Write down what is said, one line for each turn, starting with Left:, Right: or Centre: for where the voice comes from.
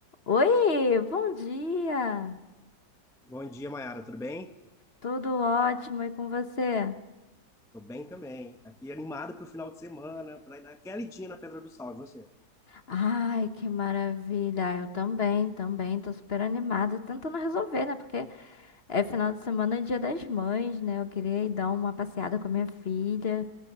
Left: Oi, bom dia!
Centre: Bom dia, Mayara, tudo bem?
Left: Tudo ótimo e com você?
Centre: Tô bem também. Aqui animado pro final de semana, pra dar aquela idinha na Pedra do Sal, e você?
Left: Ai, que maravilha! Eu também, também, tô super animada, tentando resolver, né? Porque é final de semana, é dia das mães, né? Eu queria ir dar uma passeada com a minha filha.